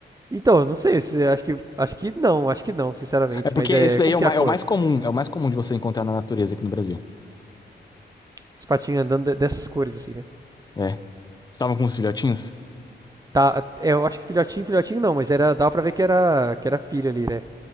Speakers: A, on the right; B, on the left.
A: Então, eu não sei, se- acho que, acho que não, acho que não, sinceramente.
B: É porque
A: Mas é,
B: esse daí
A: como
B: é o
A: que
B: mais,
A: é a cor?
B: é o mais comum. É o mais comum de você encontrar na natureza aqui no Brasil.
A: Os patinhos andando de- dessas cores, assim, né?
B: É. Estavam com os filhotinhos?
A: Tá, é, eu acho que filhotinho, filhotinho não, mas era, dava pra ver que era, que era filho ali, né?